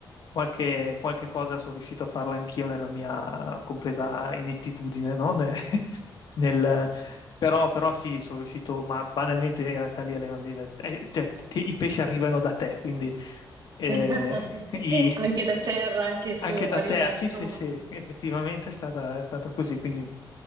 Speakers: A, on the left; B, on the right.
A: qualche, qualche cosa sono riuscito a farla anch'io nella mia completa inettitudine, no? Ne- <laughs> nel- Però, però sì, sono riuscito, ma banalmente in realtà lì alle Maldive, eh, cioè, te- i pesci arrivano da te, quindi eh,
B: <laughs>
A: i-
B: Anche da terra, anche su,
A: anche
B: arriva,
A: da te,
B: insomma.
A: sì, sì, sì, effettivamente è stata- è stato così, quindi